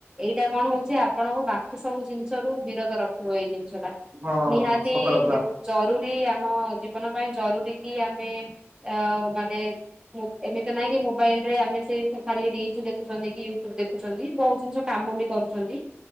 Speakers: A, on the right; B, on the right.
A: ଏଇଟା କଣ ହଉଛି ଆପଣଙ୍କ ବାକି ସବୁ ଜିନିଷ ରୁ ବିରଧ ରଖିବ ଏଇ ଜିନିଷ ଟା,
B: ହଁ
A: ନିହାତି
B: ସତ କଥା
A: ଜରୁରୀ ଆମ ଜୀବନ ପାଇଁ ଜରୁରୀ କି ଆମେ, ଆ ମାନେ ଏମିତି ନାଇଁ କି ମୋବାଇଲ ରେ ଆମେ ସେ ଖାଲି ରିଲି ଦେଖୁଛନ୍ତି କି ୟୁଟ୍ୟୁବ ଦେଖୁଛନ୍ତି ବହୁ ଜିନିଷ କାମ ବି କରୁଛନ୍ତି